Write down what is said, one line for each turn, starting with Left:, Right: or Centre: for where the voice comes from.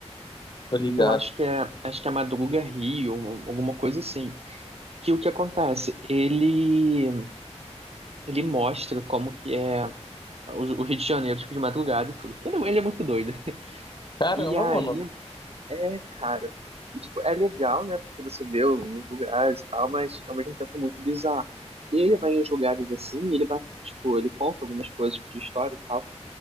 Left: tô ligado.
Right: Eu acho que é, acho que é Madruga Rio, um, alguma coisa assim. Que o que acontece? Ele, ele mostra como que é o, o Rio de Janeiro, tipo, de madrugada e tudo. Ele, é, ele é muito doido.
Left: Caramba,
Right: E aí,
Left: mano.
Right: É, cara. E, tipo, é legal, né? Porque você vê os lugares e tal, mas ao mesmo tempo é muito bizarro. E ele vai em uns lugares assim, e ele vai, tipo, ele conta algumas coisas tipo, de história e tal.